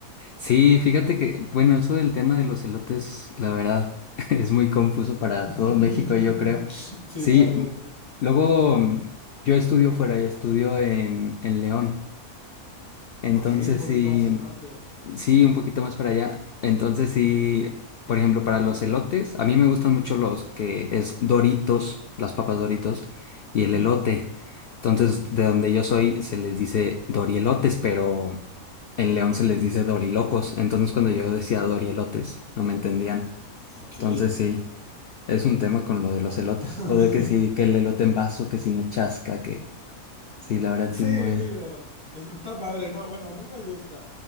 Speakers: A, on the left (about 80°); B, on the left (about 15°).
A: Sí, fíjate que, bueno, eso del tema de los elotes, la verdad, <laughs> es muy confuso para
B: <laughs>
A: todo México, yo creo.
B: sí,
A: Sí,
B: tal
A: mm,
B: vez.
A: luego mm, yo estudio fuera, y estudio en, en León. Entonces
B: Ok, un poquito
A: sí,
B: más el norte.
A: sí, un poquito más para allá. Entonces sí, por ejemplo, para los elotes, a mí me gustan mucho los que es Doritos, las papas Doritos y
B: Ujú.
A: el elote. Entonces, de donde yo soy se les dice dorielotes, pero en León se les dice dorilocos. Entonces, cuando yo decía dorielotes, no me entendían.
B: Ok.
A: Entonces sí, es un tema con lo de los elotes.
B: <laughs>
A: O de que sí, que el elote en vaso, que si no chasca, que sí, la verdad
B: sí,
A: sí es muy...
B: digo, es- está padre, ¿no? Bueno, a mí me gusta.